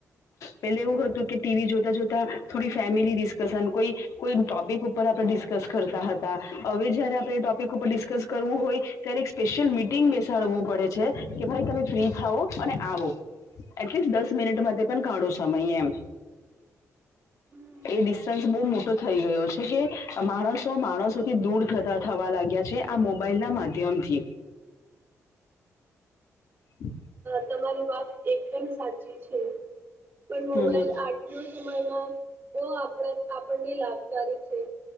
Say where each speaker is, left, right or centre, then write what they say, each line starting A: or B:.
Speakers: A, on the left (about 65°); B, on the right (about 40°).
A: પેલે એવું હતું કે ટીવી જોતા જોતા થોડી ફેમિલી ડિસ્કશન કોઈ કોઈ ટોપિક ઉપર આપણે ડિસ્કસ કરતા હતા હવે જયારે આપણે ટોપિક ઉપર ડિસ્કસ કરવું હોય ત્યારે એક સ્પેશિયલ મિટિંગ બેસાડવું પડે છે કે ભાઈ તમે ફ્રી થાવો અને આવો એટલીસ્ટ દસ મિનિટમાં પણ કાઢોય સમય એમ
B: હમ
A: એ ડિસ્ટન્સ બહુ મોટો થઈ ગયો છે કે માણસો માણસોથી દૂર થવા લાગ્યા છે આ મોબાઈલ ના માધ્યમથી હ
B: તમારી વાત એકદમ સાચી છે પણ મોબાઈલ
A: હમ
B: આ સમયમાં બહુ આપણા આપણને લાભકારી છે